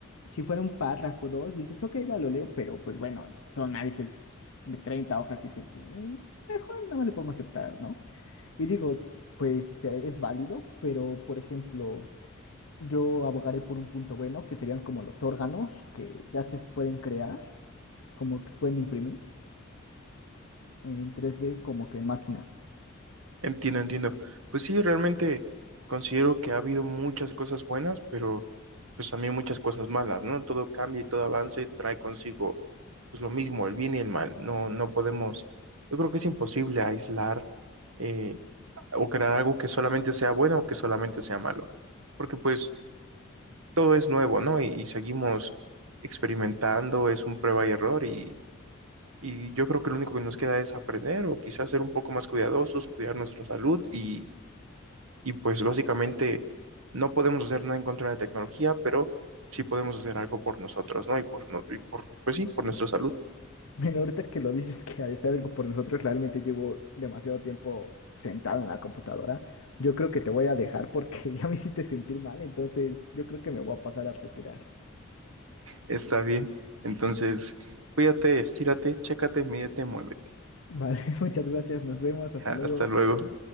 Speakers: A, on the left (about 80°); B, on the right (about 85°).
A: si fuera un párrafo o dos, dices, ok, va, lo leo, pero pues bueno, son a veces de 30 hojas y dices, "Mm, mejor nada más le pongo aceptar, ¿no? Y digo, pues eh, es válido, pero por ejemplo, yo abogaré por un punto bueno, que serían como los órganos que ya se pueden crear, como que se pueden imprimir en tres d como que en máquinas.
B: Entiendo, entiendo. Pues sí, realmente considero que ha habido muchas cosas buenas, pero pues también muchas cosas malas, ¿no? Todo cambia y todo avance trae consigo pues lo mismo, el bien y el mal. No, no podemos, yo creo que es imposible aislar eh, o crear algo que solamente sea bueno o que solamente sea malo, porque pues todo es nuevo, ¿no? Y, y seguimos experimentando, es un prueba y error y, y yo creo que lo único que nos queda es aprender o quizás ser un poco más cuidadosos, cuidar nuestra salud y y pues básicamente no podemos hacer nada en contra de la tecnología, pero sí podemos hacer algo por nosotros, ¿no? Y por, no- y por pues sí, por nuestra salud.
A: Bueno, ahorita que lo dices que hay está algo por nosotros, realmente llevo demasiado tiempo sentado en la computadora. Yo creo que te voy a dejar porque <laughs> ya me hiciste sentir mal, entonces yo creo que me voy a pasar a retirar.
B: Está bien. Entonces, cuídate, estírate, chécate, mídete, muévete.
A: Vale, <laughs> muchas gracias, nos vemos, hasta
B: Ja,
A: luego.
B: Hasta luego.